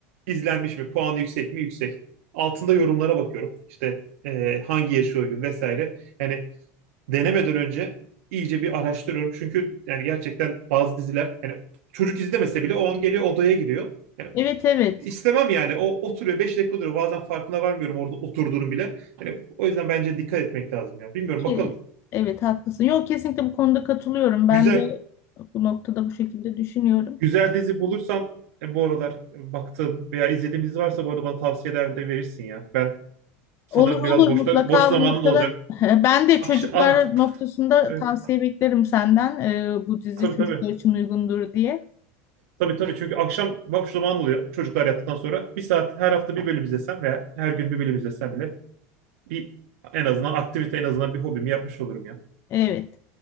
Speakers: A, on the right; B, on the left.
A: İzlenmiş mi? Puanı yüksek mi? Yüksek. Altında yorumlara bakıyorum. İşte e, hangi yaşı uygun vesaire. Yani denemeden önce iyice bir araştırıyorum. Çünkü yani gerçekten bazı diziler yani çocuk izlemese bile o an geliyor odaya giriyor. Yani
B: Evet evet.
A: istemem yani. O oturuyor 5 dakika duruyor. Bazen farkına varmıyorum orada oturduğunu bile. Yani o yüzden bence dikkat etmek lazım ya. Bilmiyorum
B: Ki,
A: bakalım.
B: evet haklısın. Yok kesinlikle bu konuda katılıyorum. Ben
A: Güzel
B: de bu noktada bu şekilde düşünüyorum.
A: Güzel dizi bulursan e, bu aralar e, baktığın veya izlediğin dizi varsa bu arada bana tavsiyeler de verirsin ya. Ben sanırım
B: Olur olur
A: biraz boşta
B: mutlaka
A: boş zamanın
B: bu noktada.
A: da olacak.
B: <laughs> Ben de
A: Akşam
B: çocuklar
A: ah
B: noktasında
A: evet
B: tavsiye beklerim senden. Ee, bu dizi
A: tabii
B: çocuklar
A: tabii.
B: için uygundur diye.
A: Tabii tabii çünkü akşam boş zaman oluyor çocuklar yattıktan sonra. Bir saat her hafta bir bölüm izlesem veya her gün bir bölüm izlesem bile bir en azından aktivite en azından bir hobimi yapmış olurum ya.
B: Evet.